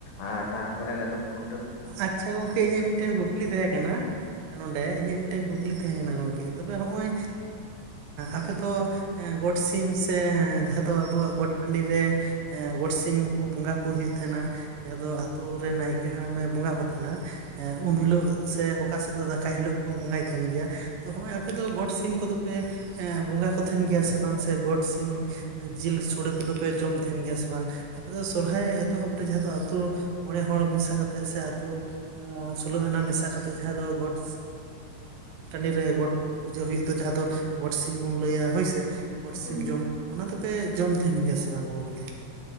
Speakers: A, on the left (about 80°); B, on the right (about 80°).
A: ᱟᱨ ᱛᱟᱨᱯᱚᱨ ᱜᱟᱫᱚ ᱠᱷᱩ
B: ᱟᱪᱪᱷᱟ ᱜᱚᱝᱠᱮ ᱤᱧᱟᱹᱜ ᱢᱤᱫᱴᱮᱱ ᱠᱩᱠᱞᱤ ᱛᱮᱦᱮᱸ ᱠᱟᱱᱟ ᱱᱚᱸᱰᱮ ᱤᱧᱟᱹᱜ ᱢᱤᱫᱴᱮᱱ ᱠᱩᱠᱞᱤ ᱛᱮᱦᱮᱸ ᱠᱟᱱᱟ ᱜᱚᱝᱠᱮ ᱛᱚᱵᱮ ᱦᱚᱜᱼᱚᱭ ᱟᱯᱮ ᱫᱚ ᱜᱚᱴ ᱥᱤᱢ ᱥᱮ ᱡᱟᱦᱟᱸ ᱫᱚ ᱟᱵᱚᱣᱟᱜ ᱜᱚᱴ ᱴᱟᱺᱰᱤᱨ ᱨᱮ ᱮ ᱜᱚᱴ ᱥᱤᱢ ᱠᱚ ᱵᱚᱸᱜᱟ ᱠᱚ ᱦᱩᱭᱩᱜ ᱛᱟᱦᱮᱸᱱᱟ ᱡᱟᱦᱟᱸ ᱫᱚ ᱟᱛᱩᱨ ᱨᱮ ᱱᱟᱭᱠᱮ ᱠᱮ ᱦᱟᱲᱟᱢᱮ ᱵᱚᱸᱜᱟ ᱠᱚ ᱛᱟᱦᱮᱱᱟ ᱾ ᱩᱢ ᱦᱤᱞᱳᱜ ᱥᱮ ᱚᱠᱟ ᱥᱮᱫ ᱫᱚ ᱫᱟᱠᱟᱭ ᱦᱤᱞᱳᱜ ᱠᱚ ᱵᱚᱸᱜᱟᱭ ᱛᱟᱦᱮᱱ ᱜᱮᱭᱟ ᱛᱚ ᱱᱚᱜᱼᱚᱭ ᱟᱯᱮ ᱫᱚ ᱜᱚᱴ ᱥᱤᱢ ᱠᱚᱫᱚᱯᱮ ᱮ ᱵᱚᱸᱜᱟ ᱠᱚ ᱛᱟᱦᱮᱱ ᱜᱮᱭᱟ ᱥᱮ ᱵᱟᱝ? ᱥᱮ ᱜᱚᱴ ᱥᱤᱢ ᱡᱤᱞ ᱥᱳᱲᱮ ᱠᱚᱫᱚᱯᱮ ᱡᱚᱢ ᱛᱟᱦᱮᱱ ᱜᱮᱭᱟ ᱥᱮ ᱵᱟᱝ ᱟᱯᱮ ᱫᱚ ᱥᱚᱨᱦᱚᱟᱭ ᱮᱛᱚᱦᱚᱵ ᱨᱮ ᱡᱟᱦᱟᱸ ᱫᱚ ᱟᱹᱛᱳ ᱢᱚᱬᱮ ᱦᱚᱲ ᱢᱮᱥᱟ ᱠᱟᱛᱮᱫ ᱥᱮ ᱟᱹᱛᱩ ᱥᱳᱞᱳ ᱟᱱᱟ ᱢᱮᱥᱟ ᱠᱟᱛᱮᱫ ᱡᱟᱦᱟᱸ ᱫᱚ ᱜᱚᱴ ᱴᱟᱱᱤᱨᱮ ᱜᱚᱴ ᱯᱩᱡᱟᱹ ᱦᱩᱭᱩᱜ ᱫᱚ ᱡᱟᱦᱟᱸ ᱫᱚ ᱜᱚᱴ ᱥᱤᱢ ᱵᱚᱱ ᱞᱟᱹᱭᱟ ᱦᱳᱭᱥᱮ, ᱜᱚᱴ
A: ᱦᱩᱸ
B: ᱥᱤᱢ ᱡᱚᱢ ᱚᱱᱟ ᱫᱚᱯᱮ ᱡᱚᱢ ᱛᱟᱦᱮᱱ ᱜᱮᱭᱟ ᱥᱮ ᱵᱟᱝ ᱜᱚᱝᱠᱮ?